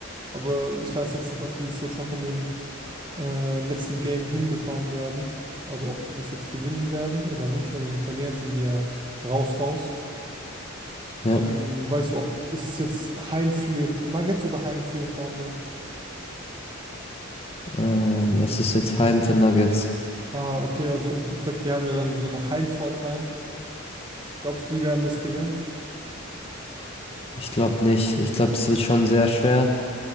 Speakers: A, on the right (about 25°); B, on the left (about 30°).
A: Aber ich weiß jetzt nicht, ob die es jetzt noch in dem äh, letzten Game hinbekommen werden. Also ob die das jetzt gewinnen werden oder nicht, weil wenn die verlieren, sind die ja raus, raus.
B: Ja,
A: Ähm, weißt du, ob ist es jetzt Heim für Nuggets oder Heim für Thunder?
B: ähm, es ist jetzt Heim für Nuggets.
A: Ah, okay, also ich sag, die haben ja dann sogar noch Heimvorteil. Glaubst du, die werden das gewinnen?
B: Ich glaube nicht. Ich glaube, es wird schon sehr schwer.